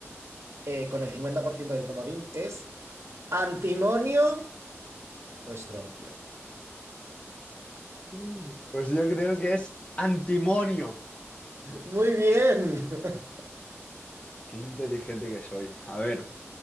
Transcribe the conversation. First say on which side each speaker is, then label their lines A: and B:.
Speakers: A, on the right (about 80°); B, on the left (about 25°).
A: eh, con el 50% del comodín es antimonio o estroncio.
B: <laughs> Pues yo creo que es antimonio.
A: Muy bien. <laughs>
B: Qué inteligente que soy. A ver,